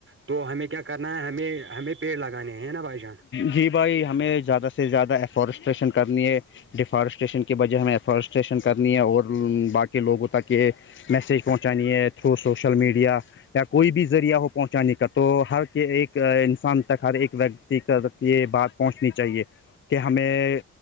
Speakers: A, on the right; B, on the left.
A: تو ہمیں کیا کرنا ہے ہمیں ہمیں پیڑ لگانے ہیں نا بھائی جان
B: جی بھائی ہمیں زیادہ سے زیادہ ایفارسٹریشن کرنی ہے ڈیفارسٹیشن کی بجہ ہمیں ایفارسٹیشن کرنی ہے اور باقی لوگوں تک یہ میسج پہنچانی ہے تھرو سوشل میڈیا یا کوئی بھی ذریعہ ہو پہنچانے کا تو ہر ایک انسان تک ہر ایک و یہ بات پہنچنی چاہیے کہ ہمیں